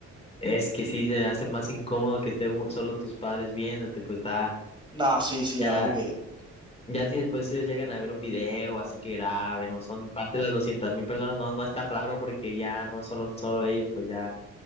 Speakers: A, on the left; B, on the right.
A: Es que sí, se hace más incómodo que esté u- solo tus padres viéndote, pues está...
B: No, sí, sí,
A: Ya,
B: la verdad que,
A: Ya si después ellos llegan a ver un video, así que graben, o son parte de las doscientas mil personas, no, no es tan raro porque ya no son solo ellos, pues ya